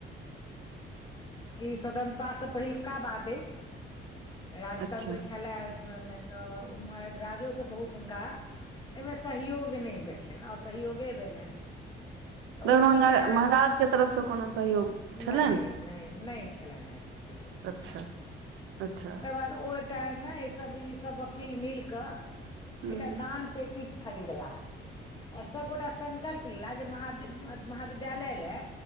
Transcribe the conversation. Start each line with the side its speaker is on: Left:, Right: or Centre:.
Left: ई स्वतंत्रतासँ पहिलुका बात अछि राजतंत्र
Right: अच्छा
Left: छलए ओसमय मे तऽ उम्हर राजो सब बहुत हुनका एमे सहयोग नहि भेटलनि असहयोगे भेलनि तऽ
Right: दरभंगा
Left: ओ की केलाह
Right: महाराजके तरफसँ कोनो सहयोग छलनि
Left: नहि नहि नहि छै भेलैन हैं अहिमे सहयोग हुनकर
Right: अच्छा अच्छा
Left: ओकर बाद ओ एकटा नै ई सब ई सब वकील मिल क
Right: हूँ
Left: एकटा दान पेटी खरीदला आओर सभगोटा संकल्प लेला जे महाद अ महाविद्यालय लए